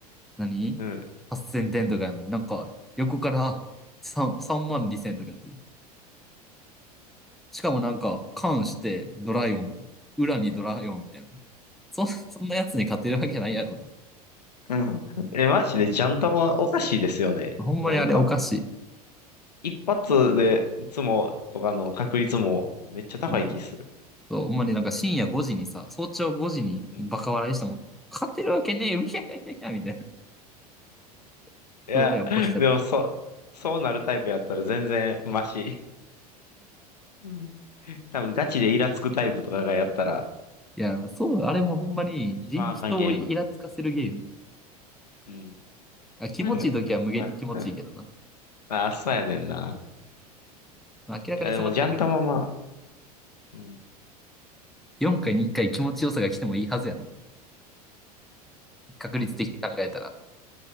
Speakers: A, in the centre; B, on the left.
A: 何
B: うん。
A: ?8000 点とかやのになんか、横から3、3万2000とかやって、しかもなんか、関してドライオン、裏にドライオンみたいな。そん、<laughs> そんなやつに勝てるわけないやろと。
B: うん。え、マジでジャンタマおかしいですよね。
A: ほんまにあれおかしい。
B: なんか、一発でいつもとかの確率もめっちゃ高い気する。
A: うん。そうほんまになんか深夜5時にさ、早朝5時にバカ笑いしてもん、
B: うん。い
A: 勝てるわけねえよ、いやいやいやいや、みたいな。<laughs>
B: や、
A: それ親起こしちゃった。
B: でもそ、そうなるタイプやったら全然マシ。うん多分ガチでイラつくタイプとかがやったら、
A: いや、そう、あれもほんまに人、
B: 一番あかんゲーム。
A: 人をイラつかせるゲーム。
B: うん。
A: あ、気持ちいい時は無限に気持ちいいけどな。
B: うん <laughs> ああ、そうやねんな。
A: 明らかにその確率な。
B: いや、でもジャンタマまあ、うん。
A: 4回に1回気持ちよさが来てもいいはずやな。確率的に考えたら。